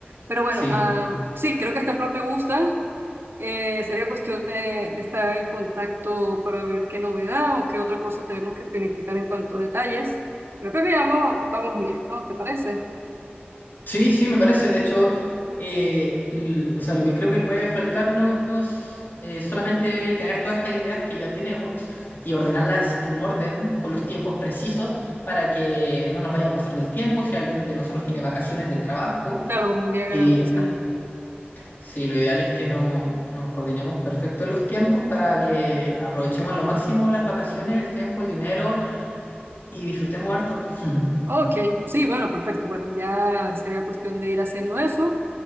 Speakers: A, on the right; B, on the left.
A: Pero bueno,
B: sí.
A: ah, sí, creo que este plan me gusta. Eh, sería cuestión de, de estar en contacto para ver qué novedad o qué otra cosa tenemos que finiquitar en cuanto a detalles. Creo que miramos, vamos bien, ¿no? ¿Te parece?
B: Sí, sí, me parece. De hecho, eh, l- o sea, lo que creo que puede faltarnos es solamente tener todas estas ideas que ya tenemos y ordenarlas en un orden con los tiempos precisos para que no nos vayamos a pasar del tiempo. Si alguien de nosotros tiene vacaciones del trabajo,
A: Claro, como un diagrama,
B: y
A: sí.
B: Sí, lo ideal es que no, nos coordinemos perfecto en los tiempos para que aprovechemos a lo máximo las vacaciones, el tiempo, el dinero y disfrutemos harto. <laughs>
A: Ok, sí, bueno, perfecto. Bueno, ya sería cuestión de ir haciendo eso.